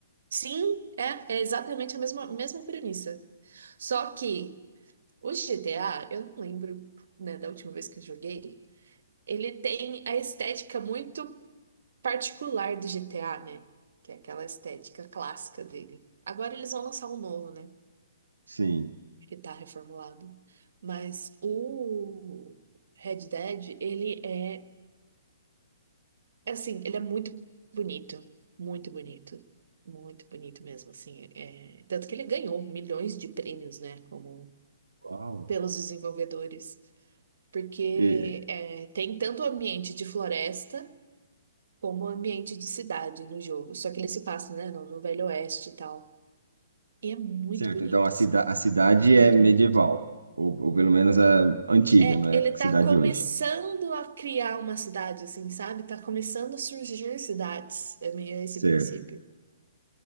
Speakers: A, on the right (about 65°); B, on the right (about 85°).
A: Sim, é, é exatamente a mesma, mesma premissa. Só que o GTA, eu não lembro, né, da última vez que eu joguei, ele tem a estética muito particular do GTA, né? Que é aquela estética clássica dele. Agora eles vão lançar um novo, né?
B: Sim.
A: que tá reformulado. Mas o Red Dead, ele é, assim, ele é muito bonito, muito bonito, muito bonito mesmo, assim, é, tanto que ele ganhou milhões de prêmios, né, como
B: Uau.
A: pelos desenvolvedores, porque
B: E-
A: é, tem tanto o ambiente de floresta como o ambiente de cidade no jogo, só que ele se passa, né, no, no Velho Oeste e tal, e é muito
B: certo,
A: bonito,
B: então a, cida,
A: assim,
B: a cidade
A: muito
B: é medieval,
A: bonito.
B: ou, ou pelo menos a antiga,
A: É,
B: não é
A: ele
B: a
A: tá
B: cidade
A: começando
B: hoje.
A: a criar uma cidade, assim, sabe? Tá começando a surgir cidades. É meio esse
B: Certo,
A: princípio.